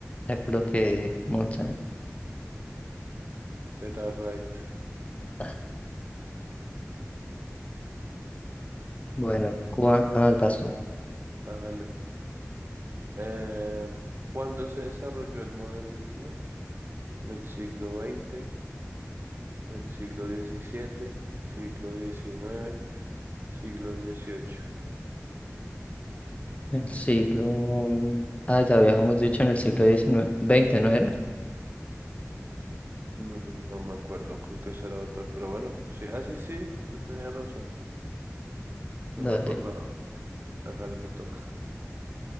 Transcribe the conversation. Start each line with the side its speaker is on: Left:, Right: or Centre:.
Left: ya coloqué mountain.
Right: Era right.
Left: Ah, Bueno, ¿cuál ah, vas tú?
Right: Hágale. Eh, ¿cuándo se desarrolló el modernismo? del siglo veinte, del siglo diecisiete, siglo diecinueve, siglo dieciocho,
Left: El siglo... Ah, ya habíamos dicho en el siglo XIX, 20, ¿no era?
Right: Mm, No me acuerdo, creo que esa era otra, pero bueno, sí, ah, sí, sí, tú tenías razón, no
Left: Dale,
Right: me acordaba, hágale, me toca.